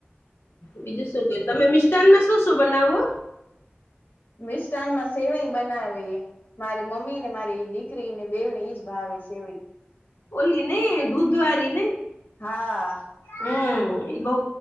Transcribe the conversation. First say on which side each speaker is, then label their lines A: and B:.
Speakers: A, on the left; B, on the left.
A: બીજું શું, કો તમે મિશટાનમાં શું શું બનાવો?
B: મિષાટનમાં સેવાઈ બનાવીએ. મારી મમ્મીને, મારી દીકરીને બેને ઈજ ભાવે છે. સેવી
A: ઓલી નહીં, દૂધવાળી નહીં.
B: હા
A: હા, એ બહુ